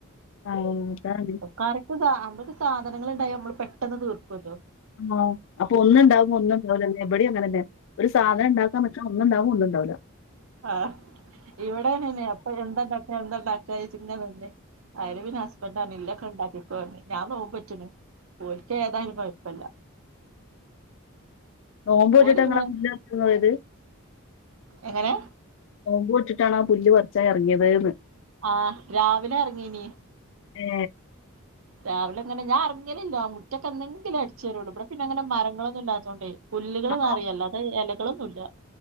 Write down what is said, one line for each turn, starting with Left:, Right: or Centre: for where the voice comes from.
Left: ആ അതാണ്
Right: കറിക്ക് സാ <unintelligible> അവർക്ക് സാധനങ്ങൾ ഇണ്ടായാമ്മൾ പെട്ടെന്ന് തീർക്കുല്ലോ
Left: ആഹ് അപ്പൊ ഒന്ന് ഇണ്ടാവുമ്പൊഒന്ന്ഉണ്ടാവൂലലെ ഇബടെം അങ്ങനെന്നെ ഒരു സാധനം ഉണ്ടാക്കാൻ പറ്റണെ ഒന്ന ഇണ്ടാവ് പൂണ്ട്ണ്ടാവു ല
Right: ആഹ് ഇവടെ അങ്ങന ഇപ്പന്താണ്ടാക്ക എന്താണ്ടാക്ക കഴിച്ചിന്ന തന്നെ അയ്ല് പിന്നെ ഹസ്ബൻറ്ഞ്ഞ് ഇന്നക്കെണ്ടാക്കി ഞാൻ നോമ്പോറ്റ്ണ് ഓൽക്ക് ഏതായാലും കൊഴപ്പല്ല
Left: നോമ്പോറ്റ്ട്ടാ
Right: ഓല് പിന്നെ
Left: നിങ്ങള് മുന്നപോയത്
Right: എങ്ങനെ
Left: നോമ്പോറ്റ്ട്ടാണോ ആ പൂല്ല് പറിച്ചാൻ ഇറങ്ങിയത് ന്ന്
Right: ആ രാവിലെ ഇറങ്ങീനി
Left: ഏ
Right: രാവിലെ അങ്ങനെ ഞാൻ എർങ്ങലില്ലാ മുറ്റ എന്നെങ്കിലും അടിച്ചു വാരുള്ളൂ ഇവിടെ പിന്നെങ്ങനെ മരങ്ങളൊന്നുംല്ലാതൊണ്ടേ പുല്ലുകള്
Left: ആ
Right: നറിയല്ലോ അത് ഇല മക്കളൊന്നുല്ല